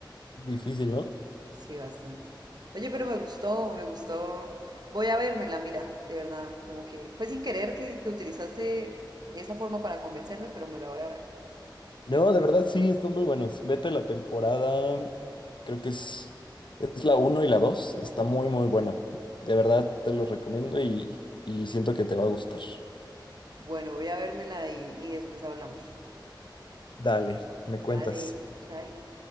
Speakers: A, on the left (about 75°); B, on the right (about 55°).
A: Difícil, ¿no?
B: Sí, bastante. Oye, pero me gustó, me gustó. Voy a vérmela, mira, de verdad, como que fue sin querer que, que utilizaste esa forma para convencerme, pero me la voy a ver.
A: No, de verdad sí, están muy buenos. Vete la temporada, creo que es, es la uno y la 2 está muy, muy buena. De verdad te lo recomiendo y, y siento que te va a gustar.
B: Bueno, voy a vérmela y, y después hablamos.
A: Dale, me cuentas.
B: Dale, chai.